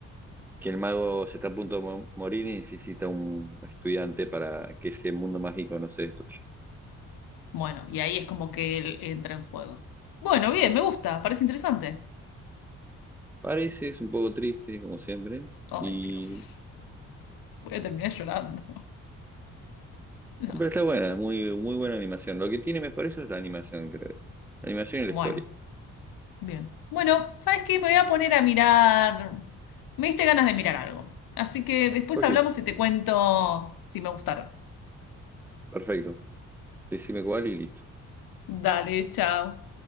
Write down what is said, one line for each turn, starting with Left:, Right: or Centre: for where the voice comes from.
Centre: que el mago se está a punto de mo- morir y necesita un estudiante para que ese mundo mágico no se destruya.
Left: Bueno, y ahí es como que él entra en juego. Bueno, bien, me gusta, parece interesante.
Centre: Parece, es un poco triste, como siempre,
Left: Ay,
Centre: y...
Left: Dios, voy a terminar llorando. <laughs> No.
Centre: pero está buena, muy, muy buena animación. Lo que tiene mejor eso es la animación, creo. La animación y
Left: Bueno,
Centre: la historia.
Left: bien. Bueno, ¿sabes qué? Me voy a poner a mirar. Me diste ganas de mirar algo. Así que después
Centre: Ok,
Left: hablamos y te cuento si me gustaron.
Centre: perfecto. Decime cuál y listo.
Left: Dale, chao.